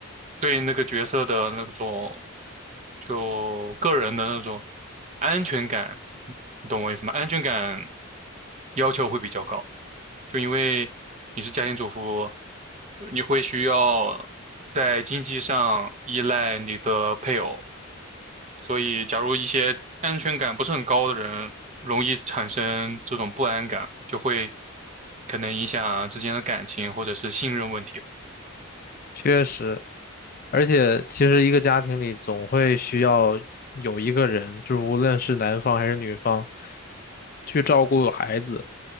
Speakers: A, on the right (about 35°); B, on the left (about 45°).
A: 对那个角色的那种就个人的那种安全感，你懂我意思吗？安全感要求会比较高，就因为你是家庭主妇，你会需要在经济上依赖你的配偶。所以假如一些安全感不是很高的人，容易产生这种不安感，就会可能影响之间的感情或者是信任问题吧
B: 确实，而且其实一个家庭里总会需要有一个人，就是无论是男方还是女方，去照顾孩子、